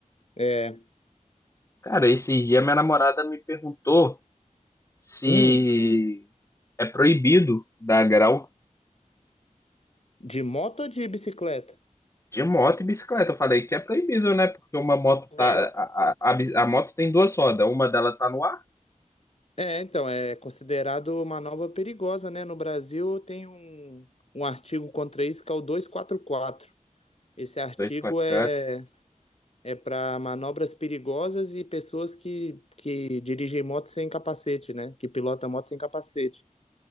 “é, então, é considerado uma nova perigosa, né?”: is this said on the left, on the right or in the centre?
Left